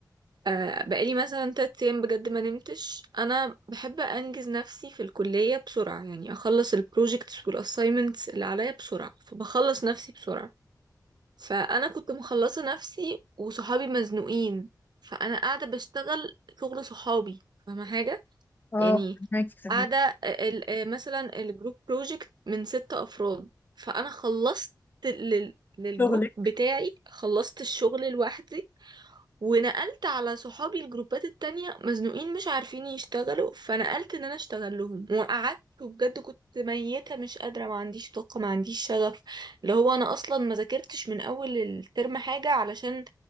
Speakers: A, on the right (about 70°); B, on the left (about 25°).
A: آه، بقالي مثلا تلات ايام بجد ما نمتش انا بحب انجز نفسي في الكلية بسرعة يعني اخلص البروجيكتس والاساينمنتس اللي عليا بسرعة فبخلص نفسي بسرعة فانا كنت مخلصة نفسي وصحابي مزنوقين فانا قاعدة بشتغل شغل صحابي فاهمة حاجة
B: اه
A: يعني
B: فهماكي فهماكي.
A: قاعدة ال- ال- آه، مثلا الجروب بروجكت من ست أفراد فأنا خلصت لل- للجروب
B: شغلك
A: بتاعي خلصت الشغل لوحدي ونقلت على صحابي الجروبات التانية مزنوقين مش عارفين يشتغلوا فنقلت ان انا اشتغل لهم وقعدت وبجد كنت ميتة مش قادرة ما عنديش طاقة ما عنديش شغف اللي هو انا اصلا ما ذاكرتش من اول الترم حاجة علشان